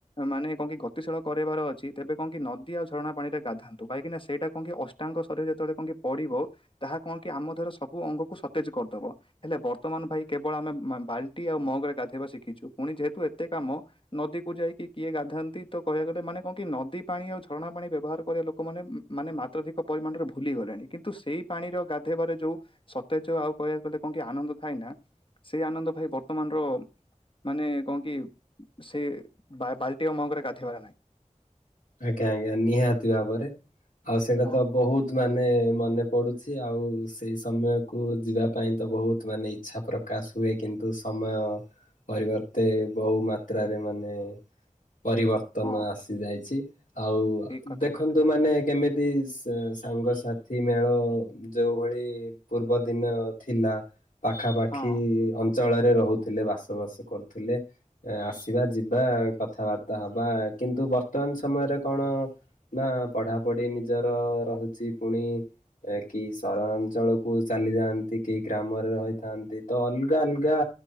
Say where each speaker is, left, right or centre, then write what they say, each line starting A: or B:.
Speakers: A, on the left; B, on the left.
A: ମାନେ କଁ କି ଗତିଶୀଳ କରିବାର ଅଛି ତେବେ କଁ କି ନଦୀଉ ଝରଣା ପାଣିରେ ଗାଧନ୍ତୁ କାହିଁକି ନା ସେଇଟା କଁ କି। ଅଷ୍ଟାଙ୍ଗ ଶରୀର ଯେତେବେଳେ କଁ କି ପଡ଼ିବ। ତାହା କଣ କି ଆମ ଦେହର ସବୁ ଅଙ୍ଗକୁ ସତେଜ କରିଦବ ହେଲେ ବର୍ତ୍ତମାନ ଭାଇ। କେବଳ ଆମେ ମେ ମ ବାଲ୍ଟି ଆଉ ମଗ ରେ ଗାଧେଇବା ଶିଖିଛୁ ପୁଣି ଯେହେତୁ ଏତେ କାମ। ନଦୀକୁ ଯାଇକି କିଏ ଗାଧାନ୍ତି ତ କହିବାକୁ ଗଲେ ମାନେ କଁ କି ନଦୀ ପାଣି ଆଉ ଝରଣା ପାଣି ବ୍ୟବହାର କରିବା ଲୋକମାନେ। ମାନେ ମାତ୍ରାଧିକ ପରିମାଣରେ ଭୁଲି ଗଲେଣି କିନ୍ତୁ ସେଇ ପାଣିର ଗାଧେଇବାରେ ଯୋଉ। ସତେଜ ଆଉ କହିବାକୁ ଗଲେ କଁ ଆନନ୍ଦ ଥାଏ ନା। ସେଇ ଆନନ୍ଦ ଭାଇ ବର୍ତ୍ତମାନର ମାନେ କଁ କି। ସେ ବା ବାଲ୍ଟି ଆଉ ମଗ ରେ ଗାଧେଇବାର ନାହିଁ।
B: ଆଜ୍ଞା ଆଜ୍ଞା ନିହାତି ଭାବରେ ଆଉ ସେଇଟା
A: ହଁ
B: ତ ବହୁତ ମା ନେ ମନେ ପଡ଼ୁଛି ଆଉ ସେଇ ସମୟକୁ ଯିବା ପାଇଁ ତ ବହୁତ ମାନେ ଇଚ୍ଛା ପ୍ର କାଶ ହୁଏ କିନ୍ତୁ ସମୟ ପରିବର୍ତ୍ତେ ବହୁ ମାତ୍ରାରେ ମାନେ। ପରିବର୍ତ୍ତନ
A: ହଁ।
B: ଆସି ଯାଇଛି ଆଉ
A: ଠିକ କଥା
B: ଦେଖନ୍ତୁ
A: କହିଲେ ଭାଇ।
B: ମାନେ କେମିତି ସାଙ୍ଗସାଥି ମେଳ ଯଉଁଭଳି ପୂର୍ବ ଦିନ ଥିଲା ପାଖାପାଖି
A: ହଁ
B: ଅଞ୍ଚଳରେ ରହୁଥିଲେ ବାସବାସି କରୁଥିଲେ ଆସିବା ଯିବା କଥାବାର୍ତ୍ତା ହବା କିନ୍ତୁ ବର୍ତ୍ତମାନ ସମୟରେ କଣ ନା ପଢ଼ାପଢି ନିଜର ରହୁଛି ପୁଣି ଏ କି ସହରାଞ୍ଚଳକୁ ଚାଲି ଯାଆନ୍ତି କି ଗ୍ରାମରେ ରହିଥାନ୍ତି ତ ଅଲଗା ଅଲଗା